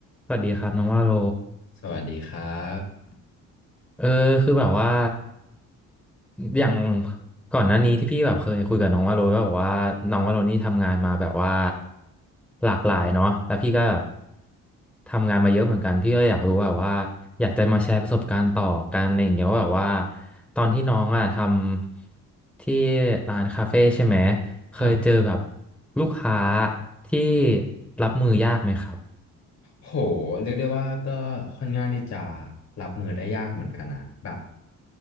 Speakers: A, in the centre; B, on the left (about 55°).
A: สวัสดีครับน้องว่าโล
B: สวัสดีครับ
A: เออคือแบบว่าอย่างก่อนหน้านี้ที่พี่แบบเคยคุยกับน้องว่าโลก็แบบว่าน้องว่าโลนี่ทำงานมาแบบว่าหลากหลายเนาะแล้วพี่ก็แบบทำงานมาเยอะเหมือนกันพี่ก็อยากรู้แบบว่าอยากจะมาแชร์ประสบการณ์ต่อกันอะไรอย่างเงี้ยว่าแบบว่าตอนที่น้องอ่ะทำที่ร้านคาเฟ่ใช่ไหมเคยเจอแบบ
B: ครับ
A: ลูกค้าที่รับมือยากไหมครับ
B: โหเรียกได้ว่าก็ค่อนข้างที่จะรับมือได้ยากเหมือนกันนะแบบ